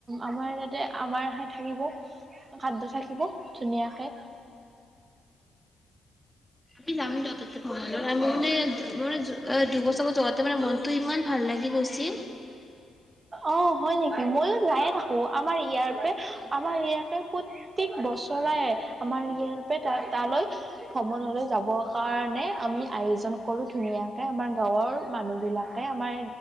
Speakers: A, on the right (about 35°); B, in the centre.
A: আমাৰ আমাৰহে থাকিব খাদ্য থ থাকিব ধুনীয়াকৈ <inaudible>
B: আমি যাম যতৰ আমি মান মান দুবছৰ যাওঁতে মানে মনটো ইমান ভাল লাগি গৈছিল।
A: অ হয় নেকি ময়ো যায়ে থাকো আমাৰ ইয়াৰ পৰা আমাৰ ইয়াকে প্ৰত্যেক বছৰেই আমাৰ ইয়াৰ পৰা ত তালৈ ভ্ৰমনলৈ যাবৰ কাৰণে আমি আয়োজন কৰো ধ উ তা আমাৰ গাঁৱৰ মানুহবিলাক আমাৰ